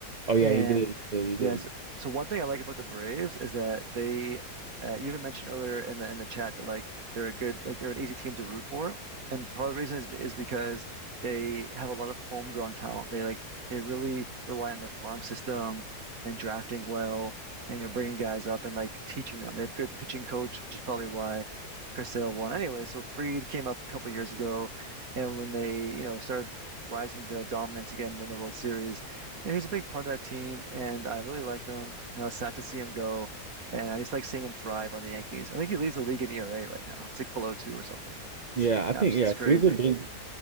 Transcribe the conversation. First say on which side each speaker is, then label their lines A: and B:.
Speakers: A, on the right; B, on the right.
A: Oh yeah,
B: And
A: he did. He did. He did.
B: yes, so one thing I like about the Braves is that they, uh, you even mentioned earlier in the in the chat that like they're a good like they're an easy team to root for, and part of the reason is is because they have a lot of homegrown talent. They like they really rely on the farm system and drafting well, and you're bringing guys up and like teaching them. They have good pitching coach, which is probably why Chris Sale won anyway. So Fried came up a couple years ago, and when they you know started rising to dominance again, won the World Series yeah, he's a big part of that team, and I really liked him. And I was sad to see him go, and I just like seeing him thrive on the Yankees. I think he leads the league in ERA right now. It's like below two or something. It's,
A: Yeah, I
B: abs-
A: think yeah,
B: it's crazy.
A: Freed's a big.